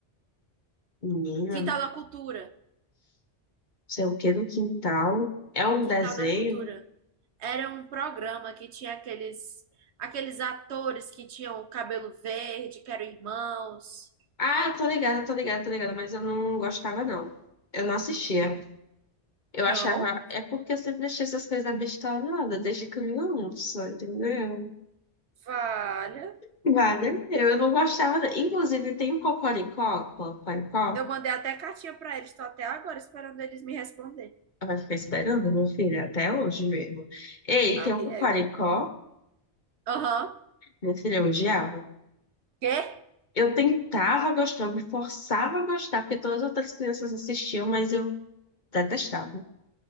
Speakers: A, on the left; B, on the right.
A: Menina,
B: Quintal da Cultura.
A: sei o que do quintal. É um
B: Quintal
A: desenho.
B: da Cultura. Era um programa que tinha aqueles, aqueles atores que tinham o cabelo verde, que eram irmãos.
A: Ah, eu tô ligada, tô ligada, tô ligada, mas eu não gostava, não. Eu não assistia. Eu
B: Não?
A: achava. É porque eu sempre achei essas coisas abestalhadas, desde criança, entendeu?
B: Valha.
A: Vale, eu não gostava. da- Inclusive, tem um cocoricó, cocoricó.
B: Eu mandei até cartinha pra eles. Tô até agora esperando eles me responder.
A: Ela ficar esperando, meu filho, até hoje mesmo. Ei,
B: Ah,
A: tem um
B: régua.
A: cocoricó.
B: Aham.
A: meu filho eu odiava.
B: Quê?
A: Eu tentava gostar, eu me forçava a gostar, porque todas as outras crianças assistiam, mas eu detestava.